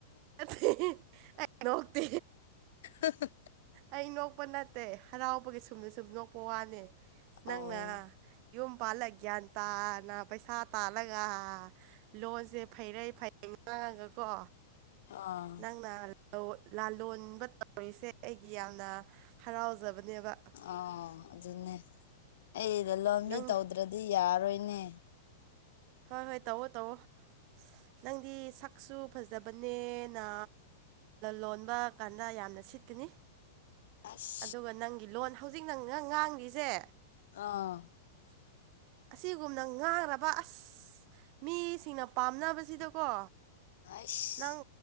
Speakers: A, on the right; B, on the left.
A: ꯅꯠꯇꯦ ꯑꯩ ꯅꯣꯛꯇꯦ
B: ꯑ
A: ꯑꯩ ꯅꯣꯛꯄ ꯅꯠꯇꯦ ꯍꯔꯥꯎꯕꯒꯤ ꯁꯨꯝꯅ ꯁꯨꯝ ꯅꯣꯛꯄ ꯋꯥꯅꯤ ꯅꯪꯅ
B: ꯑꯧ
A: ꯌꯨꯝ ꯄꯥꯜꯂ ꯌꯥ ꯇꯥꯅ ꯄꯩꯁꯥ ꯇꯥꯂꯒ ꯂꯣꯟꯁꯦ ꯐꯩꯔꯩ ꯐꯩ ꯃꯥꯡꯉꯒꯀꯣ
B: ꯑꯥ
A: ꯅꯪꯅ ꯂꯥꯂꯣꯟꯕ ꯇꯧꯔꯤꯁꯦ ꯑꯩꯒꯤ ꯌꯥꯝꯅ ꯍꯔꯥꯎꯖꯕꯅꯦꯕ
B: ꯑ ꯑꯗꯨꯅꯦ ꯑꯩꯗ ꯂꯣꯟꯕꯤ
A: ꯅꯪ
B: ꯇꯧꯗ꯭ꯔꯗꯤ ꯌꯥꯔꯣꯏꯅꯦ
A: ꯍꯣꯏ ꯍꯣꯏ ꯇꯧꯑꯣꯣ ꯇꯧꯑꯣꯣ ꯅꯪꯗꯤ ꯁꯛꯁꯨ ꯐꯖꯕꯅꯦꯅ ꯂꯣꯟꯕ ꯀꯥꯟꯗ ꯌꯥꯝꯅ ꯁꯤꯠꯀꯅꯤ
B: ꯑꯁ
A: ꯑꯗꯨꯒ ꯅꯪꯒꯤ ꯂꯣꯟ ꯍꯧꯖꯤꯛ ꯅꯪ ꯉꯥꯡꯂꯤꯁꯦ
B: ꯑꯥ
A: <inaudible> ꯑꯁꯤꯒꯨꯝꯅ ꯉꯥꯡꯔꯕ ꯑꯁ ꯃꯤꯁꯤꯡꯅ ꯄꯥꯝꯅꯕꯁꯤꯗꯀꯣ
B: ꯑꯩꯁ
A: ꯅꯪ